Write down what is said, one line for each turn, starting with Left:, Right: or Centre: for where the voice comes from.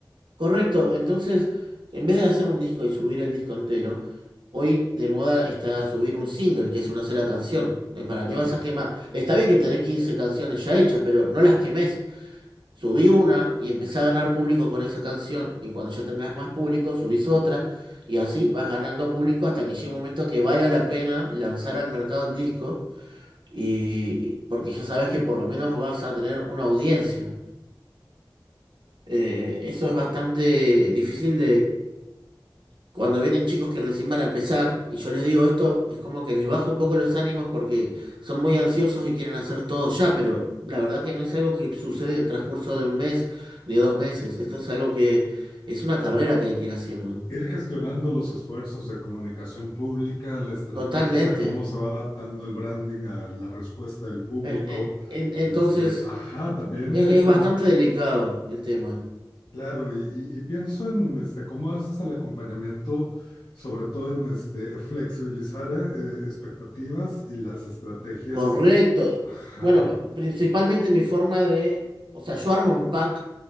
Right: Correcto, entonces en vez de hacer un disco y subir el disco entero, hoy de moda está subir un single, que es una sola canción. Eh, ¿Para
Left: claro.
Right: qué vas a quemar? Está bien que tenés 15 canciones ya hechas, pero no las quemés. Subí una y empecé a ganar público con esa canción, y cuando ya tengas más público, subís otra, y así vas ganando público hasta que llegue un momento que valga la pena lanzar al mercado el disco, y porque ya sabes que por lo menos vas a tener una audiencia. Eh, eso es bastante difícil Cuando vienen chicos que recién van a empezar y yo les digo esto, es como que les baja un poco los ánimos porque son muy ansiosos y quieren hacer todo ya, pero la verdad que no es algo que sucede en el transcurso de un mes ni dos meses. Esto es algo que es una carrera que hay que ir haciendo.
Left: Ir gestionando los esfuerzos de comunicación pública, la estrategia,
Right: Totalmente.
Left: cómo se va adaptando el branding a la respuesta del público.
Right: Eh, eh, en- entonces,
Left: Este, ajá, también
Right: es,
Left: eh,
Right: es
Left: como,
Right: bastante delicado el tema.
Left: claro, y, y- y pienso en este, cómo haces el acompañamiento, sobre todo en este, flexibilizar eh, expectativas y las estrategias,
Right: Correcto.
Left: ajá,
Right: Bueno, principalmente mi forma de, o sea, yo armo un pack